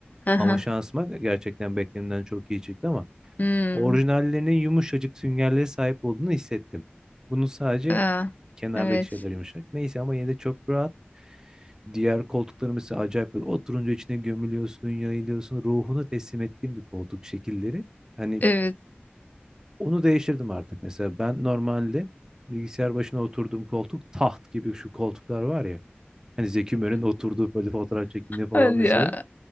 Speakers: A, on the left (about 45°); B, on the right (about 15°).
A: Aha.
B: Ama şansıma gerçekten beklenimden çok iyi çıktı ama
A: Hmm.
B: Orijinallerinin yumuşacık süngerlere sahip olduğunu hissettim. Bunun sadece
A: Aa,
B: kenardaki
A: evet.
B: şeyler yumuşak. Neyse ama yine de çok rahat. Diğer koltukları mesela acayip böyle oturunca içine gömülüyorsun, yayılıyorsun. Ruhunu teslim ettiğim bir koltuk şekilleri. Hani
A: Evet.
B: onu değiştirdim artık. Mesela ben normalde bilgisayar başına oturduğum koltuk taht gibi şu koltuklar var ya. Hani Zeki Müren'in oturduğu böyle fotoğraf çektiğinde falan
A: Hadi
B: mesela.
A: ya.